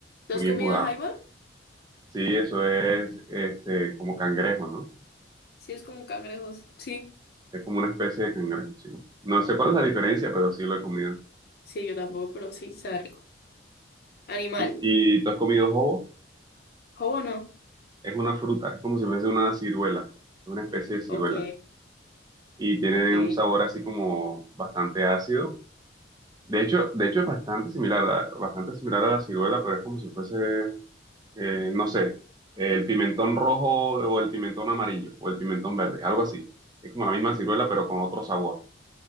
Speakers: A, on the left (about 55°); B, on the right (about 20°).
A: ¿Tú
B: Muy
A: has
B: bien
A: comido
B: jugado.
A: jaiba?
B: Sí, eso es este, como cangrejo, ¿no?
A: Sí, es como cangrejos. Sí,
B: Es como una especie de cangrejo, sí. No sé cuál es la diferencia, pero sí lo he comido.
A: sí, yo tampoco, pero sí, sabe rico. Animal,
B: ¿Y, y tú has comido jobo?
A: ¿jobo no?
B: Es una fruta, es como si fuese una ciruela, es una especie de ciruela.
A: Ok,
B: Y tiene
A: ok.
B: un sabor así como bastante ácido. De hecho, de hecho es bastante similar, a- bastante similar a la ciruela, pero es como si fuese eh, no sé, el pimentón rojo o el pimentón amarillo o el pimentón verde, algo así. Es como la misma ciruela, pero con otro sabor